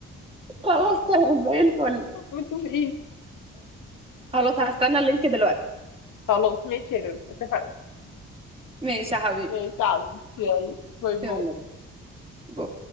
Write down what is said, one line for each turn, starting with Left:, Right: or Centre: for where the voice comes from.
Right: خلاص تمام زي الفل
Left: متفقين
Right: خلاص هستنى اللينك دلوقتي
Left: خلاص ماشي يا لولو اتفقنا
Right: ماشي يا حبيبي
Left: ماشي يا عمي يلا باي باي
Right: يلا باي.